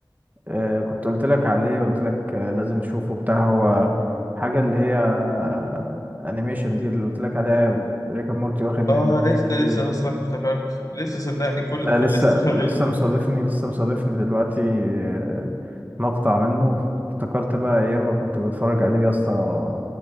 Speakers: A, on the right; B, on the left.
A: آه كنت قلت لك عليه قلت لك آه لازم تشوفه بتاع هو حاجة اللي هي آه الانيميشن دي اللي قلت لك عليها ريكا مورتي واخد منه
B: اه
A: حاجات
B: لسه
A: كتير
B: ده لسه صح افتكرت لسه صدقني كل
A: ده
B: ده في
A: لسه
B: الليسته <laughs>
A: لسه مصادفني لسه مصادفني دلوقتي آه مقطع منه افتكرت بقى ايام ما كنت بتفرج عليه يا اسطى